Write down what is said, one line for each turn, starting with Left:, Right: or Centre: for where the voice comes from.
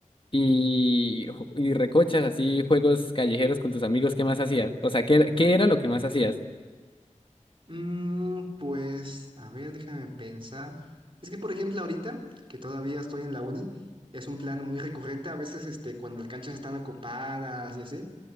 Left: y, ju- y recochas así juegos callejeros con tus amigos, ¿qué más hacías? O sea, ¿qué, era- qué era lo que más hacías?
Right: Mm, pues, a ver, déjame pensar. Es que, por ejemplo, ahorita, que todavía estoy en la uni, es un plan muy recurrente a veces este, cuando las canchas están ocupadas y así.